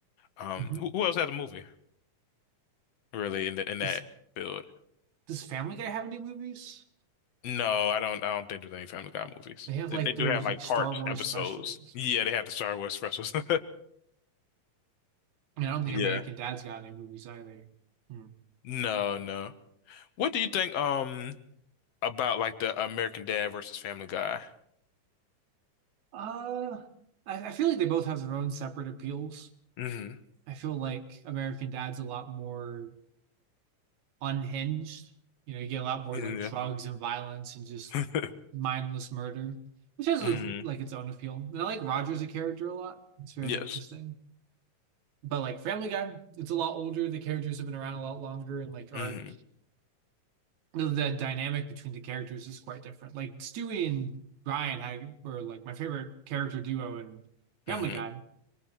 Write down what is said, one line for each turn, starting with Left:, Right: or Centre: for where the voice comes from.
Left: Um
Right: hmm
Left: who, who else has a movie really in the, in
Right: Does
Left: that field?
Right: does Family Guy have any movies?
Left: No, I don't I don't think there's any Family Guy movies.
Right: They have
Left: They,
Right: like
Left: they do
Right: those
Left: have like
Right: like Star
Left: part
Right: Wars
Left: episodes.
Right: specials.
Left: Yeah, they have the Star Wars specials. <laughs>
Right: And I don't think
Left: Yeah.
Right: American Dad's got any movies either. Hmm.
Left: No, no. What do you think um about like the American Dad versus Family Guy?
Right: Uh, I, I feel like they both have their own separate appeals.
Left: hmm
Right: I feel like American Dad's a lot more unhinged. You know, you get a lot more
Left: Yeah.
Right: like drugs and violence and just
Left: <laughs>
Right: mindless murder, which has
Left: hmm
Right: like its own appeal. And I like Roger as a character a lot. It's very
Left: Yes.
Right: interesting. But like Family Guy, it's a lot older. The characters have been around a lot longer and like are
Left: Mhm.
Right: the, the dynamic between the characters is quite different. Like Stewie and Ryan had, were like my favorite character duo in Family
Left: hmm
Right: Guy,